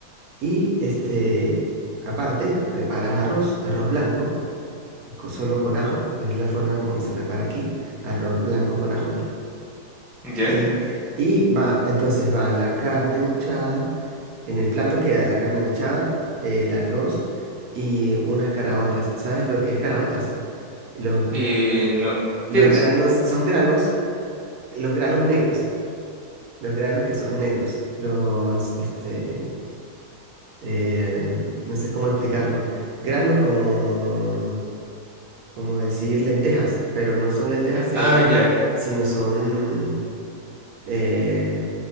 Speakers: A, on the right (about 70°); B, in the centre.
A: y este, aparte, preparas arroz, arroz blanco, co- solo con ajo, es la forma como se prepara aquí, arroz blanco con ajo.
B: ¿Ya?
A: Y, y va, entonces va la carne mechada, en el plato queda la carne mechada, el arroz y unas caraotas. ¿Sabes lo que es caraotas? Los,
B: Eh, no.
A: los
B: ¿Qué es?
A: granos son granos, los granos negros, los granos que son negros, los, este eh, no sé cómo explicarlo, granos como, como decir lentejas, pero no son lentejas, sino,
B: Ah, ya.
A: sino son eh,